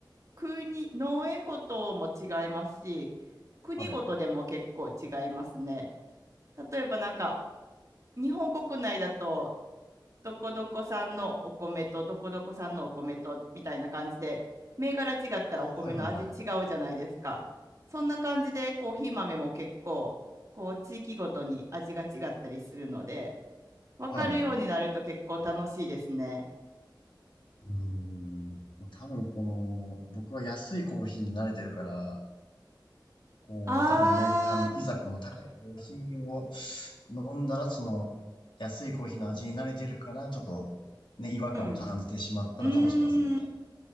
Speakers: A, on the right; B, on the left.
A: 国、農園ごとも違いますし、国ごとでも結構違いますね。
B: はい。
A: 例えばなんか、日本国内だと、どこどこ産のお米とどこどこ産のお米とみたいな感じで、銘柄違ったらお米の味違うじゃないですか。
B: ああ、はいはいはい。
A: そんな感じでコーヒー豆も結構、こう、地域ごとに味が違ったりするので、分かるようになると結構楽しいですね。
B: はい。うーん。多分この、僕は安いコーヒーに慣れてるから、こう、
A: あー
B: 多分ね、あの、いざこの高いコーヒーを飲んだら、その、安いコーヒーの味に慣れてるから、ちょっと、ね、違和感を感じてしまったのかもしれませんね。
A: うん。うん。